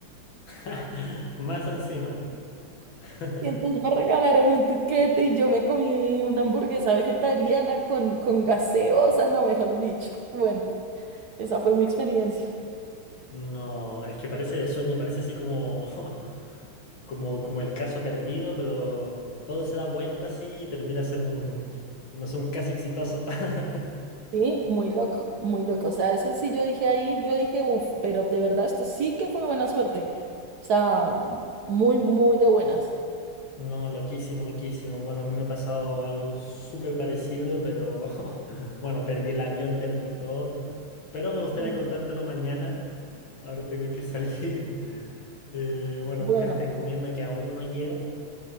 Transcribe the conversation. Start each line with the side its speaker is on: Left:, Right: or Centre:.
Left: <laughs> Más encima. <laughs>
Right: Y entonces me regalaron un tiquete y yo me comí una hamburguesa vegetariana con, con gaseosa, no, mejor dicho. Bueno. Esa fue mi experiencia.
Left: No, es que parece de sueño, parece así como, <laughs> como, como el caso perdido, pero todo se da vuelta así y termina ser un, no sé, un caso exitoso. <laughs>
Right: Sí, muy loco, muy loco. O sea, eso sí yo dije ahí, yo dije, uff, pero de verdad esto sí que fue buena suerte. O sea, m- muy, muy de buenas.
Left: No, loquísimo, loquísimo. Bueno, a mí me ha pasado algo súper parecido, pero <laughs> bueno, perdí el avión, perdí todo. Pero me gustaría
Right: Eh,
Left: contártelo mañana. Ahora tengo que salir. <laughs> Eh, bueno,
Right: Bueno,
Left: buscar esta encomienda que aún no llega.